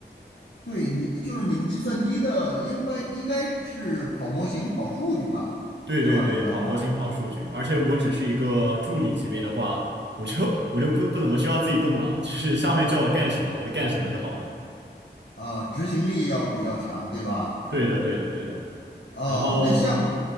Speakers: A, on the left (about 80°); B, on the right (about 75°).
A: 对你就是你们计算机的，应该应该是跑模型、跑数据吧，
B: 对对对，
A: 是吧？主要吧，
B: 跑模型跑数据，而且我只是一个助理级别的话，我就我就不不怎么需要自己动脑，就是上面叫我干什么我就干什么就好了。
A: 啊、执行力要比较强，对吧？
B: 对的对的对的，
A: 哦、
B: 然后。
A: 那像